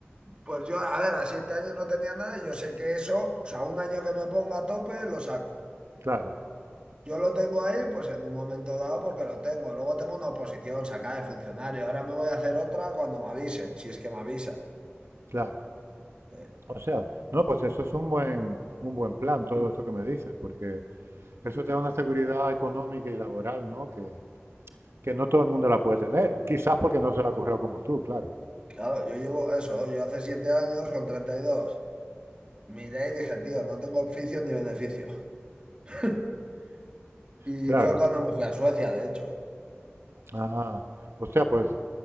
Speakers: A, on the right; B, on the right.
A: pues yo, a ver, a siete años no tenía nada y yo sé que eso, o sea, un año que me ponga a tope, lo saco.
B: Claro,
A: Yo lo tengo ahí, pues en un momento dado, porque lo tengo. Luego tengo una oposición sacada de funcionario. Ahora me voy a hacer otra cuando me avisen, si es que me avisa.
B: claro.
A: Eh,
B: O sea, no, pues eso es un buen, un buen plan, todo esto que me dices, porque eso te da una seguridad económica y laboral, ¿no? Que, que no todo el mundo la puede tener. Quizás porque no se la ha currado como tú, claro.
A: claro, yo llevo eso, yo hace siete años con 32 Miré y dije, tío, no tengo oficio ni beneficio. <laughs> Y
B: Claro.
A: fue cuando me fui a Suecia, de hecho.
B: Ah, o sea, pues